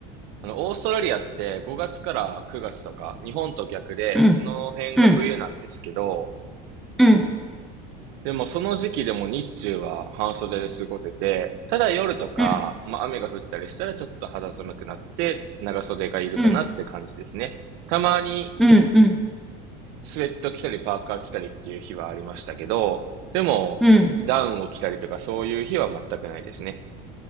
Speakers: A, on the right; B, in the centre.
A: あの、オーストラリアって5月から9月とか、日本と逆で、
B: うん、
A: その辺が冬なんですけど、
B: うん、うん、
A: でもその時期でも日中は半袖で過ごせて、ただ夜とか、
B: うん、
A: まあ雨が降ったりしたらちょっと肌寒くなって長袖がいるかなって感じですね。
B: うん、
A: たまに
B: うん、うん、
A: スウェット着たりパーカー着たりっていう日はありましたけど、でもダウンを着たりとかそういう日は全くないですね。
B: うん。